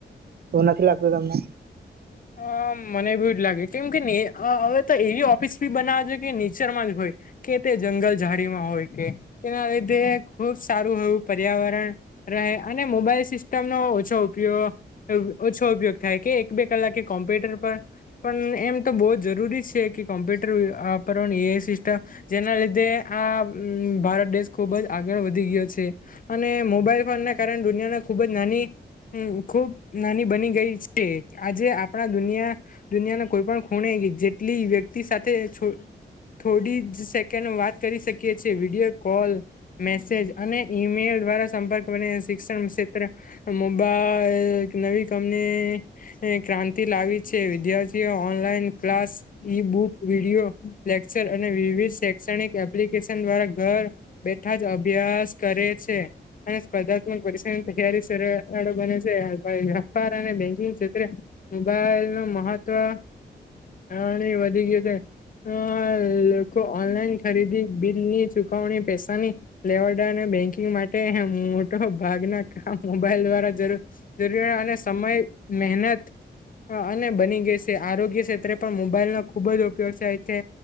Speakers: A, on the right (about 60°); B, on the left (about 50°).
A: એવું નથી લાગતું તમને?
B: હ, મને બી એવું જ લાગે. કેમ કે હવે તો અં અં એવી ઓફિસ બી બનાવા જોઈએ કે ને ચરમાં જ હોય, કે તે જંગલ ઝાડીઓમાં હોય. તેના લીધે, ખુબ સારું એવું પર્યાવરણ રહે, અને મોબાઈલ સિસ્ટમનો ઓછો ઉપયો ગ, ઓછો ઉપયોગ થાય કે એક બે કલાકે કોમ્પ્યુટર પર પણ એમ તો બહુ જ જરૂરી છે કે કોમ્પ્યુટર વાપરવાની એ <unintelligible> જેના લીધે આ ભારત દેશ ખુબ જ આગળ વધી ગ્યો છે. અને મોબાઈલ ફોન ના કારણે દુનિયાના ખૂબ જ નાની ખૂબ નાની બની ગઈ છે. આજે આપણા દુનિયા દુનિયાના કોઈ પણ ખૂણે જેટલી વ્યક્તિ સાથે થોડી જ સેકન્ડ વાત કરી શકીએ છીએ <unintelligible> કોલ. મેસેજ અને ઈમેલ દ્વારા સંપર્ક <unintelligible> શિક્ષણ ક્ષેત્ર મોબાઈલ. એક નવી કંપની. ક્રાંતિ લાવી છે, વિદ્યાર્થીઓ online class e book <unintelligible> lecture અને વિવિધ શૈક્ષણિક એપ્લિકેશન દ્વારા ઘર બેઠા જ અભ્યાસ કરે છે. અને સ્પર્ધાત્મક પરીક્ષાની તૈયારી સરળો બને છે, <unintelligible> અને <unintelligible> ક્ષેત્રે મોબાઈલ <unintelligible> મહત્વ વધી ગયું છે. અ લોકો ઓનલાઈન ખરીદી બિલની ચુકવણી પૈસાની <unintelligible> બેંકિંગ માટે મોટા ભાગના <unintelligible> મોબાઈલ દ્વારા <unintelligible> અને સમય મહેનત. હ અને બની <unintelligible> આરોગ્ય ક્ષેત્રે પણ મોબાઈલ નો ખુબ જ ઉપયોગ છે,